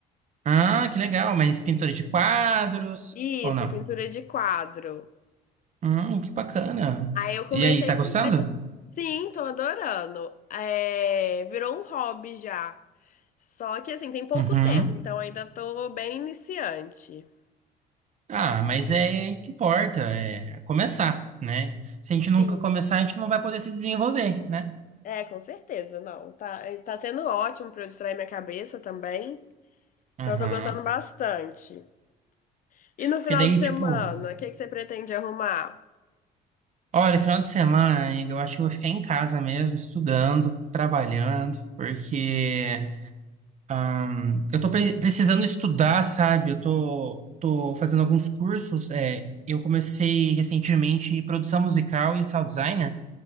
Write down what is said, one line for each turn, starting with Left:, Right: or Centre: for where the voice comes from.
Right: Ah, que legal. Mas pintura de quadros
Left: Isso,
Right: ou não?
Left: pintura de quadro.
Right: Hum, que bacana.
Left: Aí eu comecei.
Right: E aí, tá gostando?
Left: mas, Sim, tô adorando. É, virou um hobby já. Só que assim, tem pouco
Right: Uhum.
Left: tempo, então ainda tô bem iniciante.
Right: Ah, mas é que importa, é começar, né? Se a gente nunca
Left: Sim.
Right: começar, a gente não vai poder se desenvolver, né?
Left: É, com certeza, não. Tá, é, tá sendo ótimo pra eu distrair minha cabeça também.
Right: Aham.
Left: Então eu tô gostando bastante. E no
Right: Porque
Left: final
Right: daí,
Left: de
Right: tipo,
Left: semana, o que que você pretende arrumar?
Right: olha, final de semana, amiga, eu acho que eu vou ficar em casa mesmo, estudando, trabalhando, porque Ahn, eu tô pre- precisando estudar, sabe? Eu tô, tô fazendo alguns cursos. é, eu comecei recentemente produção musical e sound designer,